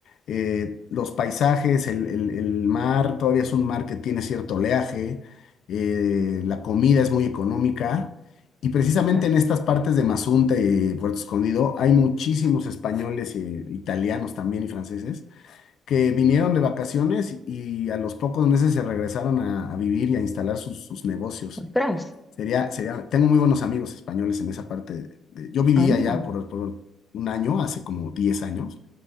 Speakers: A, on the left; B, in the centre.
A: eh, los paisajes, el, el- el mar, todavía es un mar que tiene cierto oleaje, eh, la comida es muy económica y precisamente
B: ¿No?
A: en estas partes de Mazunte y Puerto Escondido hay muchísimos españoles, eh, italianos también y franceses que vinieron de vacaciones y a los pocos meses se regresaron a, a vivir y a instalar sus, sus negocios.
B: Ostras,
A: Sería, sería, tengo muy buenos amigos españoles en esa parte. de- de- yo viví
B: anda.
A: allá por, por un año, hace como 10 años,